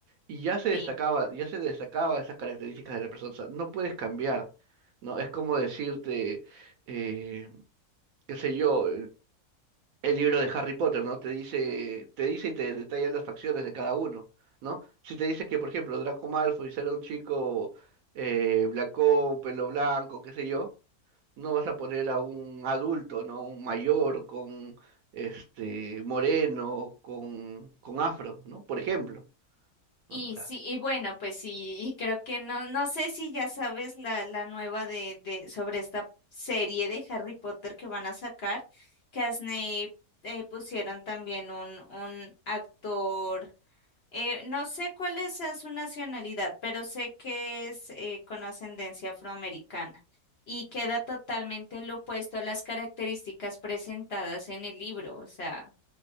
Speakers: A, on the right (about 70°); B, on the left (about 55°).
A: Y ya se destacaba,
B: Sí.
A: ya se destacaba esas características de la persona. O sea, no puedes cambiar, ¿no? Es como decirte, eh, qué sé yo el libro de Harry Potter, ¿no? Te dice, te dice y te detalla las facciones de cada uno, ¿no? Si te dice que, por ejemplo, Draco Malfoy será un chico eh, blanco, pelo blanco, qué sé yo, no vas a poner a un adulto, ¿no? Un mayor con este moreno, con, con afro, ¿no? Por ejemplo,
B: Y
A: ¿no?
B: sí, y bueno, pues sí, y creo que no, no sé si ya sabes la, la nueva de, de, sobre esta serie de Harry Potter que van a sacar, que a Snape eh, pusieron también un, un actor, eh, no sé cuál es sea su nacionalidad, pero sé que es eh, con ascendencia afroamericana y queda totalmente lo opuesto a las características presentadas en el libro, o sea,